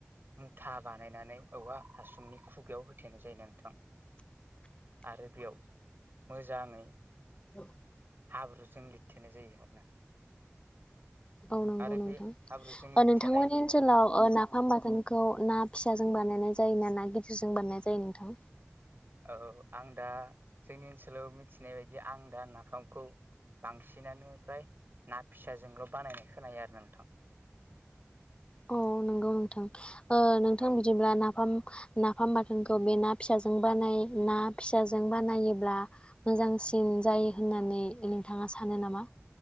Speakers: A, on the right; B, on the left.
A: मुथा बानायनानै औवा हासुंनि खुगायाव होथेनाय जायो नोंथां
B: <inaudible>
A: आरो बेयाव मोजाङै
B: औ
A: हाब्रुजों लिरथेनाय जायो आरोना
B: औ नंगौ
A: आरो
B: नोंथां
A: बे हाब्रुजों लिरथेनाय
B: नोंथांमोननि ओनसोलाव नाफाम बाथोनखौ ना फिसाजों बानायनाय जायो जाय ना ना गिदिरजों बानायनाय जायो नोंथां
A: औ आं दा जोंनि ओनसोलाव मिथिनाय बायदि आं दा नाफामखौ बांसिनानो फ्राय ना फिसाजोंल' बानायनाय खोनायो आरो नोंथां
B: अ नंगौ नोंथां ओ नोंथां
A: औ
B: बिदिब्ला नाफाम नाफाम बाथोनखौ बे ना फिसाजों बानाय ना फिसाजों बानायोब्ला मोजांसिन जायो होननानै नोंथाङा सानो नामा